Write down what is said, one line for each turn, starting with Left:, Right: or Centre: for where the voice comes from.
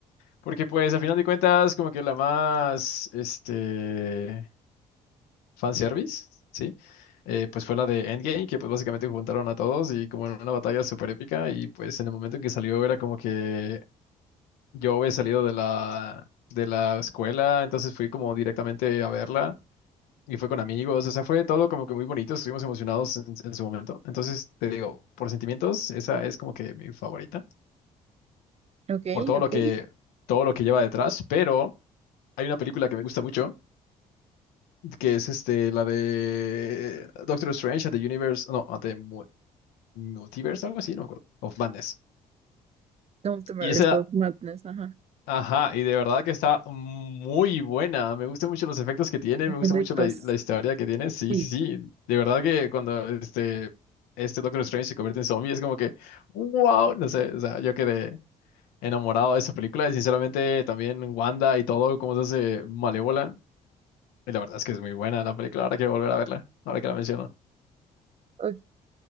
Left: Porque pues al final de cuentas como que la más, este, fanservice, ¿sí? eh, pues fue la de Endgame, que pues básicamente juntaron a todos y como en una batalla súper épica y pues en el momento en que salió era como que yo había salido de la, de la escuela, entonces fui como directamente a verla y fue con amigos, o sea, fue todo como que muy bonito, estuvimos emocionados en, en su momento. Entonces, te digo, por sentimientos, esa es como que mi favorita,
Right: ok,
Left: por todo
Right: ok.
Left: lo que, todo lo que lleva detrás, pero hay una película que me gusta mucho, que es este, la de Doctor Strange at the Universe, no, at the Mu- Multiverse, algo así, no me acuerdo, of Madness.
Right: Multiverse
Left: Y esa
Right: of Madness, ajá.
Left: Ajá, y de verdad que está muy buena. Me gustan mucho los efectos que tiene,
Right: Los
Left: me gusta
Right: efectos.
Left: mucho la, la historia que tiene. Sí,
Right: Sí.
Left: sí, sí. De verdad que cuando este, este Doctor Strange se convierte en zombie es como que, wow, no sé, o sea, yo quedé enamorado de esa película y sinceramente también Wanda y todo, cómo se hace malévola. Y la verdad es que es muy buena la película, ahora quiero volver a verla, ahora que la menciono.
Right: Ok,